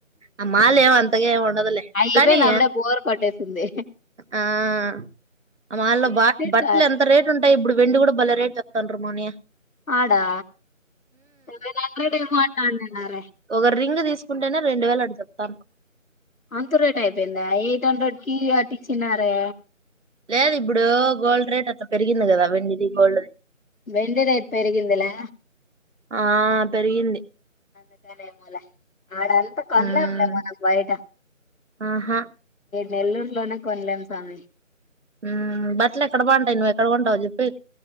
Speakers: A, on the right; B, on the left.
A: ఆ మాలులో అంతగేమ్ ఉండదులే
B: అయిపోయింది
A: కానీ
B: అప్పుడే బోర్ కొట్టేసింది
A: ఆ మాల్లో
B: ఏంటి
A: బా బట్టలు
B: సార్
A: ఎంత రేట్ ఉంట ఇప్పుడు వెండి కూడా భలే రేట్ చెప్పుతాండ్రు మోని
B: ఆడా టూవెల్ హండ్రెడ్ అంటాంది
A: ఒగా రింగ్ తీసుకుంటేనే రెండు వేలు అంటా చెప్తా
B: అంత రేట్ అయిపోయిందా ఎయిట్ హండ్రెడ్ కి వొట్టి చిన్నారే
A: లేదు ఇప్పుడు గోల్డ్ రేట్ అంత పెరిగింది కదా వెండిది గోల్డ్ రేట్
B: వెండి రేట్ పేరిగిందిలే
A: ఆ పెరిగింది
B: ఇగ లేద్ లే ఆడంతా కోనలేములే
A: ఉమ్
B: మనకు బయట
A: ఆహా
B: నెల్లూరులోనే కొనలేం స్వామి
A: ఉమ్ బట్టలు ఎక్కడ బాగుంటాయి నువ్వు ఎక్కడ కొంటావ్ చెప్పు ఎ